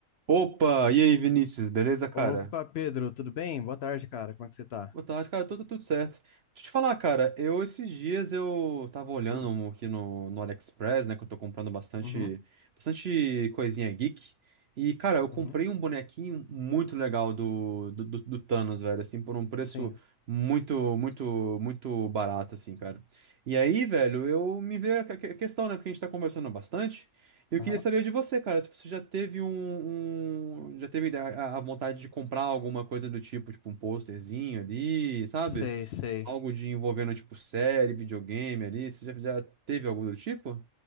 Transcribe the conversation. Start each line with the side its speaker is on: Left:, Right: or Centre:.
Right: Opa, e aí, Vinícius, beleza, cara?
Left: Opa, Pedro, tudo bem? Boa tarde, cara. Como é que você tá?
Right: Boa tarde, cara, tudo, tudo certo. Deixa eu te falar, cara, eu esses dias eu tava olhando
Left: Hum,
Right: um aqui no, no AliExpress, né, que eu tô comprando bastante,
Left: uhum,
Right: bastante coisinha geek. E, cara, eu comprei
Left: uhum,
Right: um bonequinho muito legal do, do, do- do Thanos, velho, assim, por um preço
Left: sim,
Right: muito, muito, muito barato, assim, cara. E aí, velho, eu me veio a que- que- questão, né, porque a gente tá conversando bastante. Eu queria
Left: aham.
Right: saber de você, cara, se você já teve um, um- já teve a, a vontade de comprar alguma coisa do tipo, tipo um posterzinho ali, sabe?
Left: Sei, sei.
Right: Algo de envolvendo tipo série, videogame ali, você já, já teve algo do tipo?